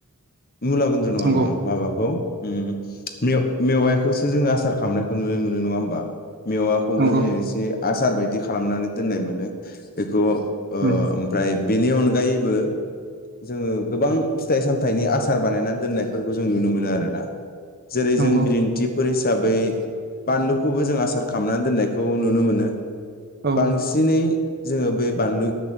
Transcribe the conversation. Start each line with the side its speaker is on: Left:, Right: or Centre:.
Left: मुला गुन्द्रु नङा
Right: नंगौ
Left: नङा माबाखौ उम मेवाइ-मेवाइखौसो जोङो आसार खालामनायखौ नुनो मोनो नङा होमबा मेवाखौबो
Right: नंगौ
Left: जोङो एसे आसार बाय दि खालामनानै दोननाय मोनो बेखौ ओ
Right: उम
Left: ओमफ्राय बेनि अनगायैबो जोङो गोबां फिथाइ सामथाइनि आस सार बानायनानै दोननायफोरखौ जों नुनो मोनो आरो ना जेरै
Right: नंगौ
Left: जों बिदिन्थि फोरसि थाबै बानलुखौबो जों आसार खालामनानै दोननायखौ नुनो मोनो
Right: औ
Left: बांसिनै जोङो बै बानलु